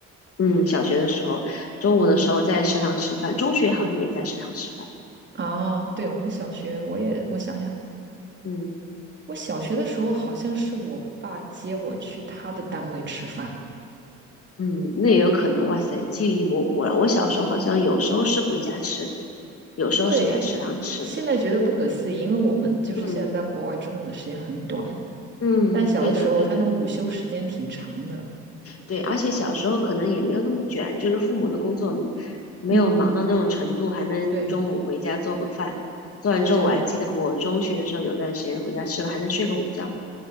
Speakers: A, on the left; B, on the right.
A: 嗯，小学的时候，中午的时候在食堂吃饭，
B: 嗯。
A: 中学好像也在食堂吃饭。
B: 啊，对，我们小学，我也，我想想，
A: 嗯
B: 我小学的时候好像是我爸接我去他的单位吃饭。
A: 嗯，那也有可能。哇塞，记忆模糊了。我小时候好像有时候是回家吃，有时候是在食堂吃。
B: 对，现在觉得不可思议，因为我们就是现在在国外，
A: 嗯
B: 中午的时间很短，
A: 嗯，
B: 但小的时候他那个午休时间挺长的。
A: 对的对的。对，而且小时候可能也没有那么卷，就是父母的工作没有忙到那种程度，
B: 嗯，
A: 还能中午回家做个饭。
B: 对
A: 做完之后，
B: 对，
A: 我还记得我中学的时候有段时间回家吃了还能睡个午觉。